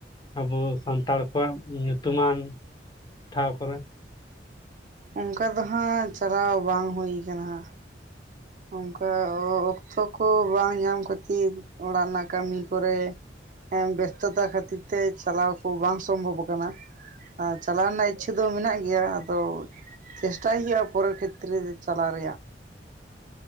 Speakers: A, on the left; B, on the right.
A: ᱟᱵᱚ ᱥᱟᱱᱛᱟᱲ ᱠᱚᱣᱟᱜ ᱧᱩᱛᱩᱢᱟᱱ ᱴᱷᱟᱶ ᱠᱚᱨᱮ
B: ᱚᱱᱠᱟ ᱫᱚ ᱦᱟᱸᱜ ᱪᱟᱞᱟᱣ ᱵᱟᱝ ᱦᱩᱭ ᱠᱟᱱᱟ ᱦᱟᱸᱜ ᱚᱱᱠᱟ ᱚᱠᱛᱚ ᱠᱚ ᱵᱟᱝ ᱧᱟᱢ ᱠᱷᱟᱹᱛᱤᱨ ᱚᱲᱟᱜ ᱨᱮᱱᱟᱜ ᱠᱟᱹᱢᱤ ᱠᱚᱨᱮ ᱦᱸ ᱵᱮᱥᱛᱚᱛᱟ ᱠᱷᱟᱹᱛᱤᱨ ᱛᱮ ᱪᱟᱞᱟᱣ ᱠᱚ ᱵᱟᱝ ᱥᱚᱢᱵᱷᱚᱵ ᱟᱠᱟᱱᱟ ᱟᱨ ᱪᱟᱞᱟᱣ ᱨᱮᱱᱟᱜ ᱤᱪᱪᱷᱟᱹ ᱫᱚ ᱢᱮᱱᱟᱜ ᱜᱮᱭᱟ ᱜᱮᱭᱟ ᱟᱫᱚ ᱪᱮᱥᱴᱟᱭ ᱦᱩᱭᱩᱜᱼᱟ ᱯᱚᱨᱮᱨ ᱠᱷᱮᱛᱨᱮ ᱪᱟᱞᱟᱜ ᱨᱮᱭᱟᱜ